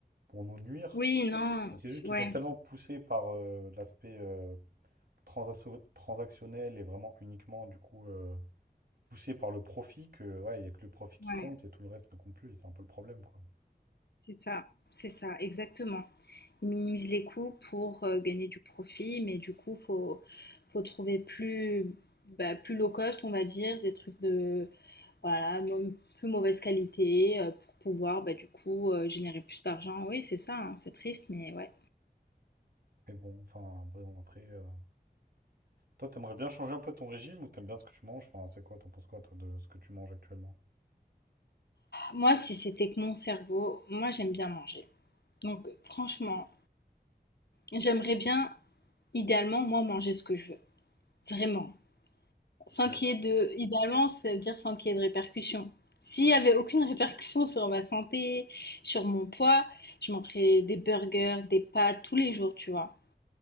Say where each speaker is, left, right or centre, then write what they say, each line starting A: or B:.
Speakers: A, on the right; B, on the left.
A: pour nous nuire.
B: Oui, non,
A: Mais c'est juste qu'ils
B: ouais,
A: sont tellement poussés par euh, l'aspect euh, transasso- transactionnel et vraiment uniquement, du coup, euh, poussés par le profit que, ouais, il n'y a que le profit qui
B: ouais,
A: compte et tout le reste ne compte plus. C'est un peu le problème, quoi.
B: c'est ça, c'est ça, exactement. Ils minimisent les coûts pour, heu, gagner du profit, mais du coup, faut faut trouver plus, bah, plus low cost, on va dire, des trucs de voilà, mo plus mauvaise qualité, heu, pour pouvoir, bah, du coup, heu, générer plus d'argent. Oui, c'est ça, hein, c'est triste mais ouais,
A: Mais bon, enfin, après, bon, après. euh, Toi, t'aimerais bien changer un peu ton régime ou t'aimes bien ce que tu manges? Enfin, c'est quoi, t'en penses quoi, toi, de ce que tu manges actuellement?
B: Moi, si c'était que mon cerveau, moi j'aime bien manger. Donc franchement, j'aimerais bien, idéalement, moi manger ce que je veux. Vraiment. Sans
A: Ok.
B: qu'il y ait de... Idéalement, ça veut dire sans qu'il y ait de répercussions. S'il n'y avait aucune répercussion sur ma santé, sur mon poids, je mangerais des burgers, des pâtes tous les jours, tu vois.